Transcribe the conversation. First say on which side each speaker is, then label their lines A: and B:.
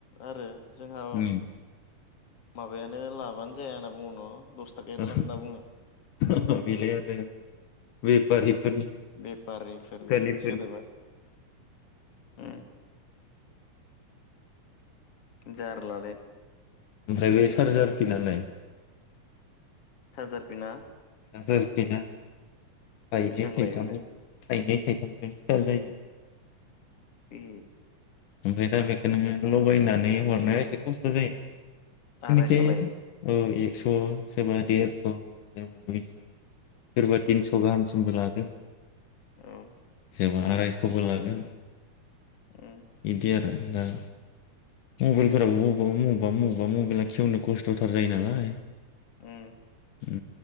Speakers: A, on the left; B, on the left.
A: आरो जोंहा
B: उम
A: माबायानो लाबानो जाया होना बुङो न'
B: <inaudible>
A: दस थाखायानो लाब होनना बुङो
B: बेलाय आरो बे फारिफोरनि
A: बेफारिफोरनि
B: <inaudible>
A: सोदोबा उम जारलालै
B: ओमफ्राय बे चार्जार फिनालाय
A: सारजार पिना
B: <unintelligible> थाइनै
A: बेसेबां लायो
B: थामै
A: बेलाय
B: थाइनै थाइथाम फ्रायनो स्टार्ट जायो।
A: ए
B: ओमफ्राय दा बेखो नोङो लगायनानै हरनाया एसे खस्थ' जायो।
A: आरायस' लायो
B: <unintelligible> स' सोरबा देरस' सोरबा दुइस' सोरबा
A: उम
B: तिनस' गाहामसिमबो <unintelligible> <inaudible>
A: औ
B: जबा आरायस'बो लागोन।
A: उम
B: बिदि आरो दा मबाइलफोराबो मबेबा-मबेबा-मबेबा मबाइला खेवनो खस्थ' थार जायो नालाय।
A: उम।
B: उ